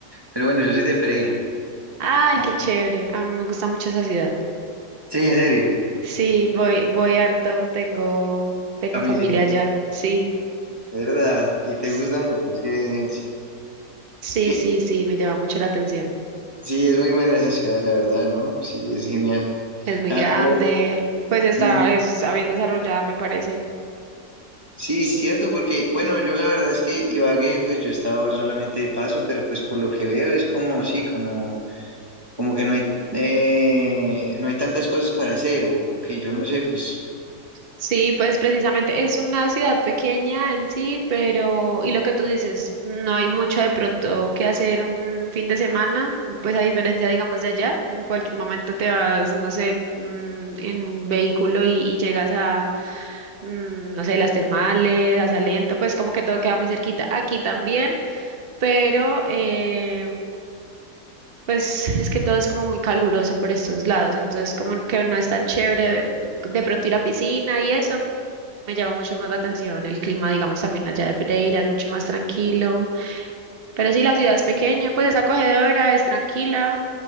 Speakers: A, on the right (about 15°); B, on the right (about 40°).
A: Pero bueno, yo soy de Pereira.
B: Ay,
A: Ah,
B: qué chévere. A mí me gusta mucho esa ciudad.
A: sí, en serio.
B: Sí, voy, voy harto, tengo, tengo
A: Familia,
B: familia
A: de
B: allá, sí.
A: verdad. Y te
B: S-
A: gusta mucho. Es que, sí,
B: Sí,
A: que-
B: sí, sí, me llama mucho la atención.
A: sí, es muy buena esa ciudad, la verdad, ¿no? Sí, es genial.
B: Es muy
A: Ah,
B: grande,
A: pero,
B: pues está,
A: mm,
B: está bien desarrollada, me parece.
A: sí, es cierto, porque, bueno, yo la verdad es que Ibagué, pues yo he estado solamente de paso, pero pues por lo que veo es como, sí, como, como que no hay, eh, no hay tantas cosas para hacer, o, o que yo no sé, pues.
B: Sí, pues precisamente es una ciudad pequeña en sí, pero, y lo que tú dices, no hay mucho de pronto que hacer un fin de semana, pues a diferencia, digamos, de allá, en cualquier momento te vas, no sé, mm, en vehículo y, y llegas a mm, no sé, las termales, hacia lento, pues como que todo queda muy cerquita. Aquí también, pero eh, pues es que todo es como muy caluroso por estos lados, entonces como que no es tan chévere de pronto ir a piscina y eso. Me llama mucho más la atención el clima, digamos, también allá de Pereira, es mucho más tranquilo. Pero sí, la ciudad es pequeña, pues es acogedora, es tranquila.